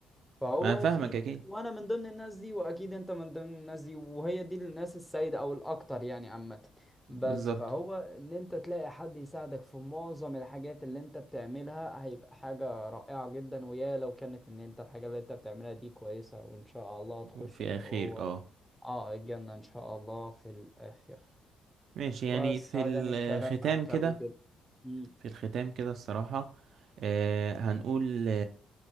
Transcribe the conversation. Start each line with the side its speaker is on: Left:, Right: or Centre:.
Centre: فهو
Right: ما انا فاهمك
Centre: في
Right: اكيد
Centre: ناس- وانا من ضمن الناس دي واكيد انت من ضمن الناس دي وهي دي الناس السيدة او الاكتر يعني عامة بس
Right: بالظبط
Centre: فهو ان انت تلاقي حد يساعدك في معظم الحاجات اللي انت بتعملها هيبقى حاجة رائعة جدا ويا لو كانت ان انت الحاجة اللي انت بتعملها دي كويسة وان شاء الله تخش
Right: وفي
Centre: انت
Right: اخير
Centre: وهو
Right: اه
Centre: اه الجنة ان شاء الله في الاخر
Right: ماشي يعني
Centre: وسعدني
Right: في الختام
Centre: الكلام معاك
Right: كده
Centre: اوي جدا مم.
Right: في الختام كده الصراحة آه هنقول